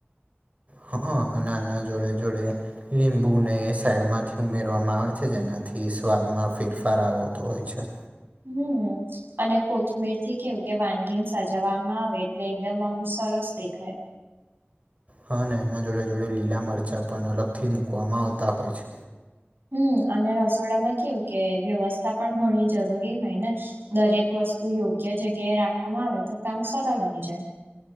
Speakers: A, on the right; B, on the right.
A: હ અ અને આના જોડે જોડે લીંબુને સાઈડમાંથી ઉમેરવામાં આવે છે જેનાથી સ્વાદમાં ફેરફાર આવતો હોય છે.
B: હમ અને કોથમીર થી કેવું કે વાનગી સજાવામાં આવે એટલે એકદમ આમ સરસ દેખાય
A: હ અને એના જોડે જોડે લીલા મરચાં પણ અલગથી મૂકવામાં આવતા હોય છે.
B: હમ અને રસોડામાં કેવું કે વ્યવસ્થા પણ ઘણી જરૂરી હોય ને દરેક વસ્તુ યોગ્ય જગ્યાએ રાખવામાં આવે તો કામ સરળ બની જાય.